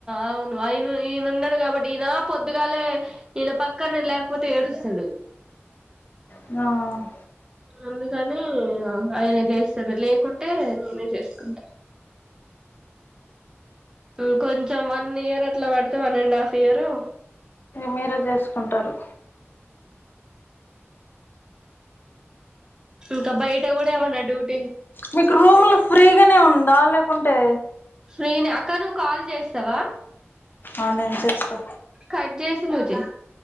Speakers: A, on the right; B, on the left.
A: అవును ఆయన ఈనె ఉన్నడు కాబట్టి ఈన పొద్దుగాలే ఈనె పక్కన నేన్ లేకపోతే ఏడుస్తడు.
B: న
A: అందుకని ఆయన చేస్తాను లేకుంటే నేనే చేసుకుంటా ఉ కొంచెం వన్ ఇయర్ అట్లా వడితే వన్ అండ్ హాఫ్ ఇయరు
B: మీరే జేసుకుంటారు
A: ఇంకా బయట కూడా ఏమన్నా డ్యూడ్
B: మీకు రూంలు ఫ్రీగానే ఉందా లే ఉంటే
A: ఫ్రీ నే అక్క నువ్వు కాల్ చేస్తావా
B: ఆ నేను చేస్తా
A: కట్ చేసి ను జే